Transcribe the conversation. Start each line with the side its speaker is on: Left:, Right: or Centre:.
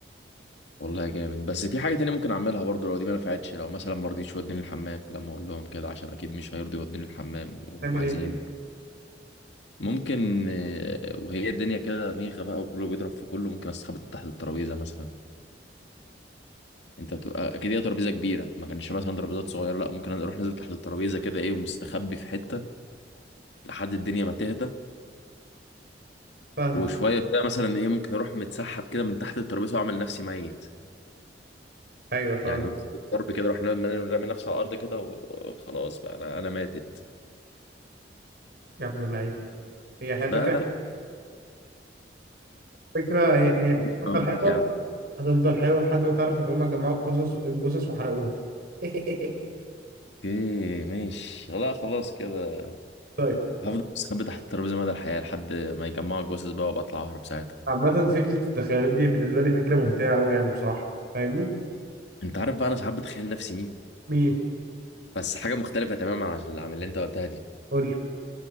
Left: والله جامد بس في حاجه تانية ممكن اعملها برضو لو دي ما نفعتش لو مثلا ما رضيتش يوديني الحمام لما اقول لهم كده عشان اكيد مش هيرضي يوديني الحمام وهم
Right: تعمل
Left: عايزين
Right: ايه
Left: يد- ممكن آه، وهي الدنيا كده ميغه بقى وكله بيضرب في كله ممكن استخبى تحت الترابيزه مثلا انت بتبقى اكيد هي ترابيزه كبيره ما كانش مثلا ترابيزات صغيره لا ممكن اروح نازل تحت الترابيزه كده ايه ومستخبي في حته لحد الدنيا ما تهدى
Right: فاهمه
Left: وشويه كده مثلا ايه ممكن اروح متسحب كده من تحت الترابيزه واعمل نفسي ميت
Right: ايوه فاهمه
Left: يعني وسط الضرب كده رحنا رامي نفسه على الارض كده وخلاص بقى انا انا ماتت
Right: يا ابن اللعيبه هي هي
Left: لا
Right: فكره
Left: لا
Right: فكره هي هي هتفضل
Left: حرام
Right: حلوه
Left: يا عم
Right: هتفضل حلوه لحد ما تعرف ان هم جمعوا القصص الجثث وحرقوها <laughs>
Left: اوكي ماشي لا خلاص كده
Right: طيب
Left: هفضل مستخبي تحت الترابيزه مدى الحياه لحد ما يجمعوا الجثث بقى وابقى اطلع اهرب ساعتها
Right: عامه فكره التخيلات دي بالنسبه لي فكره ممتعه قوي يعني بصراحه فاهمني
Left: انت عارف بقى انا ساعات بتخيل نفسي مين
Right: مين
Left: بس حاجه مختلفه تماما عن اللي عن اللي انت قلتها دي
Right: قول لي